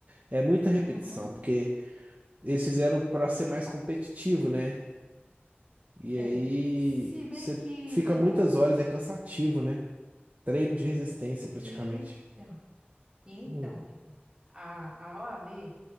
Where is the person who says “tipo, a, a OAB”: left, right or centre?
Right